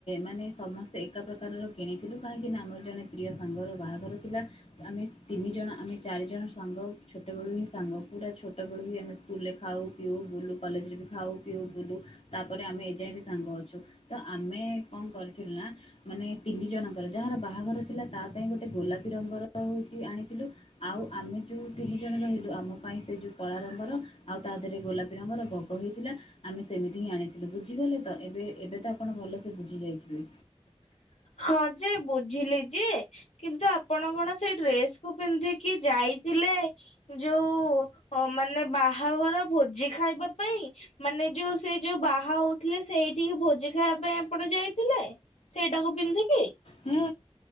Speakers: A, on the left; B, on the left.
A: ମାନେ ସମସ୍ତେ ଏକା ପ୍ରକାରର କିଣିଥିଲୁ କାହିଁକି ନା ଆମର ଜଣେ ପ୍ରିୟ ସାଙ୍ଗର ବାହାଘର ଥିଲା। ଆମେ ତିନି ଜଣ ଆମେ ଚାରି ଜଣ ସାଙ୍ଗ ଛୋଟବେଳୁ ହିଁ ସାଙ୍ଗ ପୁରା ଛୋଟ ବେଳୁ ହ ଆମେ ସ୍କୁଲରେ ଖାଉ ପିଉ ବୁଲୁ କଲେଜରେ ବି ଖାଉ ପିଉ ବୁଲୁ ତାପରେ ଆମେ ଏଯାଏ ବି ସାଙ୍ଗ ଅଛୁ ତ ଆମେ କଣ କରିଥିଲୁ ନା ମାନେ ତିନି ଜଣଙ୍କର ଯାହାର ବାହାଘର ଥିଲା ତା ପାଇଁ ଗୋଟେ ଗୋଲାପୀ ରଙ୍ଗର ହେଉଛି ଆଣିଥିଲୁ। ଆଉ ଆମେ ଯୋଉ ତିନି ଜଣ ରହିଲୁ ଆମ ପାଇଁ ସେ ଯଉ କଳା ରଙ୍ଗର ଆଉ ତା ଦେହରେ ଗୋଲାପୀ ରଙ୍ଗର ବଗ ହେଇଥିଲା। ଆମେ ସେମିତି ହିଁ ଆଣିଥିଲୁ ବୁଝିଗଲେ ତ ଏବେ ଏବେ ତ ଆପଣ ଭଲସେ ବୁଝି ଯାଇଥିବେ।
B: ହଁ ଯେ ବୁଝିଲି ଯେ କିନ୍ତୁ ଆପଣ କଣ ସେଇ ଡ୍ରେସ କୁ ପିନ୍ଧିକି ଯାଇଥିଲେ ଯୋଉ ମାନେ ବାହାଘର ଭୋଜି ଖାଇବା ପାଇଁ? ମାନେ ଯୋଉ ସେ ଯୋଉ ବାହା ହଉଥିଲେ ସେଇଠିକି ଭୋଜି ଖାଇବା ପାଇଁ ଆପଣ ଯାଇଥିଲେ? ସେଇଟାକୁ ପିନ୍ଧିକି?
A: ହେ